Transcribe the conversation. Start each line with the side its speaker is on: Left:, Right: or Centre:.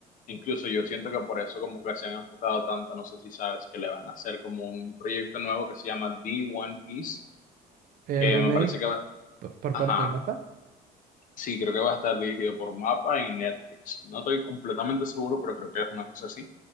Left: incluso yo siento que por eso como que se han enfocado tanto, no sé si sabes, que le van a hacer como un proyecto nuevo que se llama The One Piece,
Right: El
Left: que
Right: remake
Left: me parece que va,
Right: por, por
Left: ajá,
Right: parte de Mapa,
Left: sí, creo que va a estar dirigido por MAPPA y Netflix. No estoy completamente seguro, pero creo que es una cosa así.